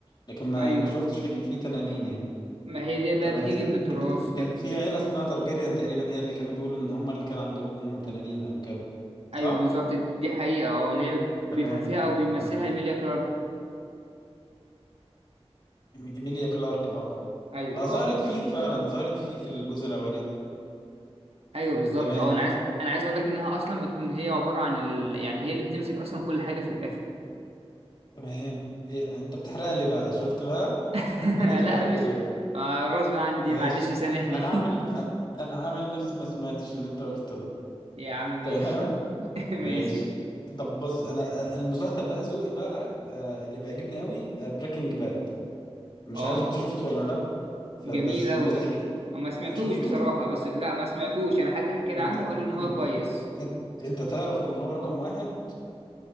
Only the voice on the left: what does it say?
لكن ما
ما شفتش ان في تنانين يعني
تمام
كانت- كان
في عيلة اسمها تارجيريان تقريبا هي اللي كانوا بيقولوا ان هما اللي كان عندهم تنانين او كده صح
تمام
تمام
إيميليا كلارك اه
آه، ظهرت
فيه فعلا ظهرت فيه في الجزء الاولاني
تمام
تمام إيه انت بتحرق لي بقى شفت بقى
اديك
حرقت
لي بقى
ماشي
انا هعمل
أ- انا هعمل نفسي ما سمعتش اللي انت قلته ده
<laughs>
تمام
ماشي طب بص انا أنا المسلسل بقى ذوقي بقى آه، اللي بيعجبني قوي بريكنج باد مش
عارف انت شفته ولا لا فبس
بص
شفته
انت
انت
انت, انت تعرف ان هو رقم واحد